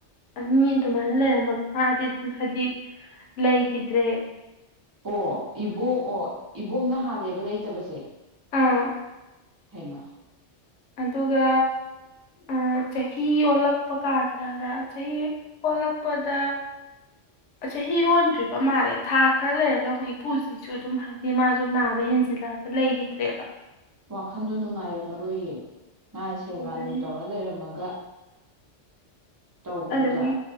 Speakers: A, on the left; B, on the right.
A: ꯑꯅꯤ ꯑꯗꯨꯃꯥꯏꯅ ꯂꯩꯔꯝꯃꯒ ꯑꯥꯗꯤ ꯑꯗꯨꯝ ꯍꯥꯏꯗꯤ ꯂꯩꯒꯤꯗ꯭ꯔꯦ
B: ꯑꯣ ꯏꯕꯨꯛ ꯑꯣ ꯏꯕꯣꯛꯅ ꯍꯥꯜꯂꯦꯕ ꯂꯩꯇꯕꯁꯦ
A: ꯑꯥ
B: ꯍꯩꯃ
A: ꯑꯗꯨꯒ ꯎꯪ ꯆꯍꯤ ꯑꯣꯜꯂꯛꯄ ꯀꯥꯟꯗ ꯔ ꯆꯍꯤ ꯑꯣꯜꯂꯛꯄꯗ ꯆꯍꯤ ꯑꯣꯟꯗ꯭ꯔꯤꯕ ꯃꯥꯜꯂꯦ ꯊꯥ ꯈꯔ ꯂꯩꯔꯒ ꯑꯃꯨꯛ ꯏꯄꯨꯁꯤꯁꯨ ꯑꯗꯨꯝ ꯍꯥꯏꯗꯤ ꯃꯥꯁꯨ ꯅꯥꯕ ꯍꯦꯟꯖꯤꯜꯂꯛꯑꯒ ꯂꯩꯒꯤꯗ꯭ꯔꯦꯕ
B: ꯋꯥꯈꯟꯗꯣ ꯅꯨꯡꯉꯥꯏꯔꯝꯃꯔꯣꯏꯌꯦ ꯃꯥꯥꯏ ꯁꯦꯕꯥ
A: ꯑꯗꯒꯤ
B: ꯗꯨꯝ ꯇꯧꯔ ꯂꯩꯔꯝꯃꯒ ꯇꯧꯕꯗꯨꯗ
A: ꯑꯗꯒꯤ